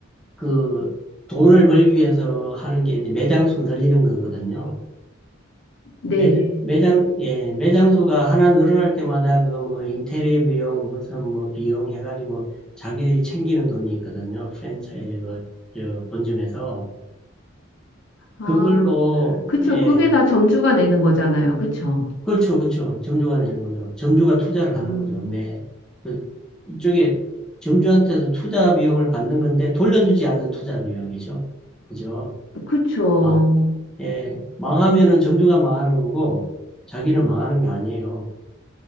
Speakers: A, in the centre; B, on the left.
A: 그 돈을 벌기 위해서 하는 게 이제 매장 수 늘리는 거거든요.
B: 네.
A: 매장, 매장, 예, 매장수가 하나 늘어날 때마다 그 뭐 인테리어 비용, 무슨 뭐 비용 해가지고 자기들이 챙기는 돈이 있거든요. 프랜차이즈 그, 저, 본점에서.
B: 아,
A: 그걸로,
B: 그쵸.
A: 예,
B: 그게 다 점주가 내는 거잖아요. 그쵸.
A: 그렇죠, 그렇죠. 점주가 내는 거죠. 점주가 투자를
B: 음,
A: 하는 거죠. 네. 그, 이쪽에 점주한테서 투자 비용을 받는 건데 돌려주지 않는 투자 비용이죠. 그죠?
B: 그쵸.
A: 아, 예. 망하면은 점주가 망하는 거고 자기는 망하는 게 아니에요.